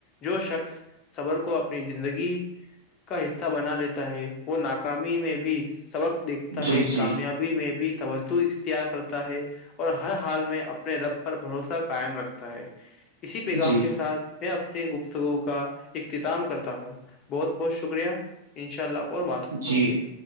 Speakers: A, on the left; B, on the right.
A: جو شخص صبر کو اپنی زندگی کا حصہ بنا لیتا ہے وہ ناکامی میں بھی سبق دیکھتا
B: جی
A: ہے
B: جی
A: کامیاب میں بھی توجہ اختیار کرتا ہے اور ہر حال میں اپنے رب پر بھروسہ قائم رکھتا ہے اسی پیغام
B: جی
A: کے ساتھ اپنی گپتگو کا اختتام کرتا ہوں بہت بہت شکریہ انشاء اللہ اور بات ہوگی
B: جی